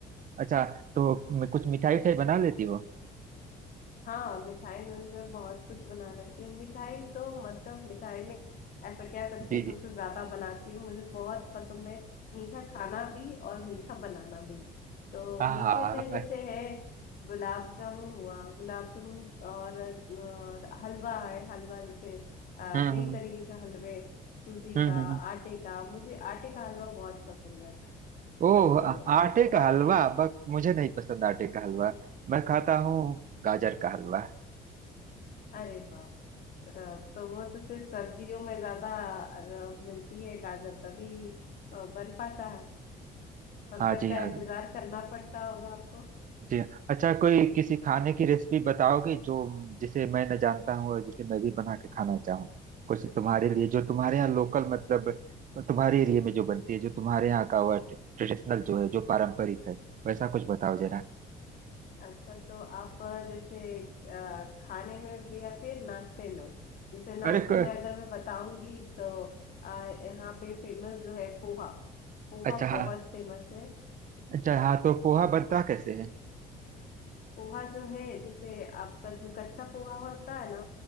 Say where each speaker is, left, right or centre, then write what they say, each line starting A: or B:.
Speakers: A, on the right; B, on the left.
A: अच्छा तो म- कुछ मिठाई उठाई बना लेती हो
B: हाँ मिठाई में भी मैं बहुत कुछ बना लेती हूँ मिठाई तो मतलब मिठाई में ऐसा कह सकते
A: जी
B: हैं
A: जी
B: सबसे ज्यादा बनाती हूँ मुझे बहुत पसंद है मीठा खाना भी और मीठा बनाना भी तो
A: हाँ
B: मीठे
A: हाँ हाँ,
B: में
A: अच्छा,
B: जैसे है गुलाब जामुन हुआ गुलाब जामुन और, और हलवा है हलवा जैसे अ,
A: हम्म
B: कई
A: हम्म
B: तरीके का हलवे सूजी
A: हम्म
B: का
A: हम्म, हम्म।
B: आटे का मुझे आटे का हलवा बहुत पसंद है तो
A: ओह आ-
B: अ,
A: आटे का हलवा बस मुझे नहीं पसंद आटे का हलवा मैं खाता हूँ गाजर का हलवा
B: अरे वाह अ, तो वो तो सिर्फ सर्दियों में ज्यादा अ, मिलती है गाजर तभी अ, बन पाता है तब
A: हाँ
B: तक
A: जी
B: का
A: हाँ
B: इंतजार करना पड़ता होगा आपको
A: जी अच्छा कोई किसी खाने की रेसिपी बताओगे जो जिसे मैं न जानता हूँ और जिसे मैं भी बना के खाना चाहूँ कुछ तुम्हारे लिए जो तुम्हारे यहाँ लोकल मतलब तुम्हारे एरिया में जो बनती है जो तुम्हारे यहाँ का वह ट्रेडिशनल जो है जो पारंपरिक है वैसा कुछ बताओ जरा
B: अच्छा तो आप अ, जैसे अ, खाने में भी या फिर नाश्ते में जैसे नाश्ते
A: अरे क-
B: में अगर मैं बताऊंगी तो अ, यहाँ पे फेमस जो है पोहा पोहा
A: अच्छा हाँ
B: बहुत फेमस है
A: अच्छा हाँ तो पोहा बनता कैसे है
B: पोहा जो है जैसे आपका जो कच्चा पोहा होता है ना